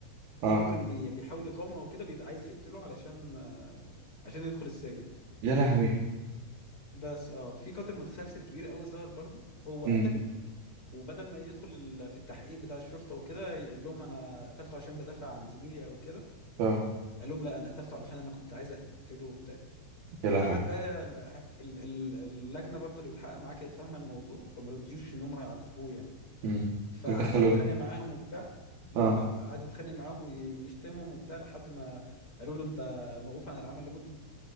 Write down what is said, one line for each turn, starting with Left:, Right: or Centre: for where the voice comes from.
Right: اه
Left: اي مجرم بي- بيحاول يقاومه او كده بيبقى عايز يقتله علشان عشان يدخل السجن
Right: يا لهوي
Left: بس اه في قاتل متسلسل كبير قوي ظهر برضو هو
Right: امم
Left: قتله وبدل ما يدخل ال- في التحقيق بتاع الشرطه وكده يقول لهم انا قتلته عشان بدافع عن زميلي او كده
Right: اه
Left: قال لهم لا انا قتلته علشان انا كنت عايز اقتله وبتاع
Right: يا
Left: فقعد
Right: لهوي
Left: بقى ال- ال- ال- اللجنه برضو اللي بتحقق معاه كانت فاهمه الموضوع فما رضيوش ان هم يعاقبوه يعني
Right: امم
Left: فقعد
Right: ودخلوه
Left: بقى يتخانق معاهم وبتاع لا
Right: اه
Left: قعد يتخانق معاهم وي- ويشتمهم وبتاع لحد ما قالوا له انت موقوف عن العمل لمده